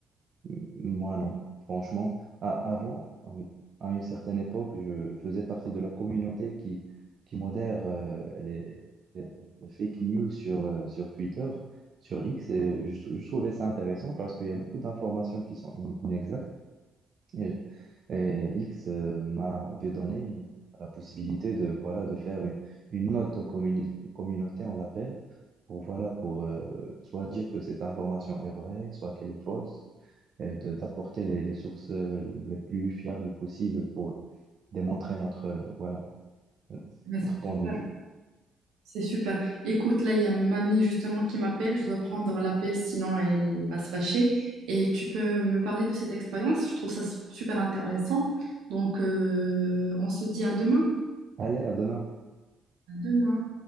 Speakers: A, on the right (about 50°); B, on the right (about 80°).
A: M- Moi, non. Franchement, à- avant, ah oui, à une certaine époque, je faisais partie de la communauté qui, qui modère euh, les, les- les fake news sur, euh, sur Twitter, sur X, et je, trou- je trouvais ça intéressant parce qu'il y a beaucoup d'informations qui sont in- inexactes. Et, et X euh, m'avait donné la possibilité de, voilà, de faire une, une note aux communi- communauté, on l'appelle, pour, voilà, pour euh, soit dire que cette information est vraie, soit qu'elle est fausse et de- d'apporter les, les sources euh, les plus fiables possibles pour démontrer notre, euh, voilà, euh,
B: Ouais, c'est
A: notre point
B: super.
A: de vue.
B: C'est super. Écoute, là, il y a mamie justement qui m'appelle. Je dois prendre l'appel, sinon elle va se fâcher. Et tu peux me parler de cette expérience. Je trouve ça su- super intéressant. Donc, euh, on se dit à demain.
A: Allez, à demain.
B: À demain.